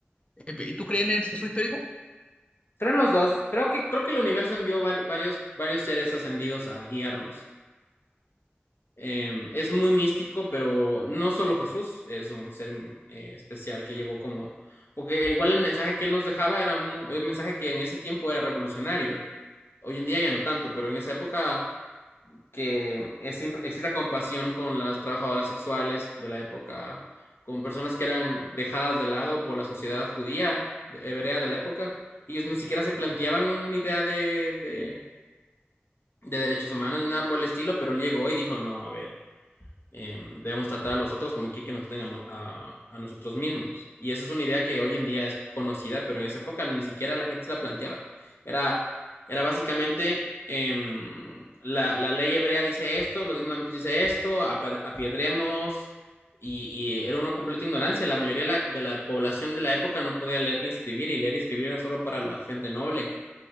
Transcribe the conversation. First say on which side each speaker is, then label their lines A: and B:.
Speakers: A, on the left; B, on the left.
A: Eh, ¿Y tú crees en el Jesús histórico?
B: Creo en los dos. Creo que creo que el universo envió vari- varios varios seres ascendidos a guiarnos. Eh, es muy místico, pero no solo Jesús es un ser eh, especial que llegó como, porque igual el mensaje que él nos dejaba era un mensaje que en ese tiempo era revolucionario. Hoy en día ya no tanto, pero en esa época que es- exista compasión con las trabajadoras sexuales de la época, con personas que eran dejadas de lado por la sociedad judía, de- hebrea de la época. Ellos ni siquiera se planteaban una idea de, de, de derechos humanos ni nada por el estilo, pero él llegó y dijo, no, a ver eh, debemos tratar a los otros como que, que nos traten a, no- a- a nosotros mismos. Y esa es una idea que hoy en día es conocida, pero en esa época ni siquiera la gente se la planteaba. Era, era básicamente, em, la, la ley hebrea dice esto, los diez mandamientos dice esto, apa- apiedremos, y, y era una completa ignorancia. La mayoría de la, de la población de la época no podía leer ni escribir, y leer y escribir era solo para la gente noble.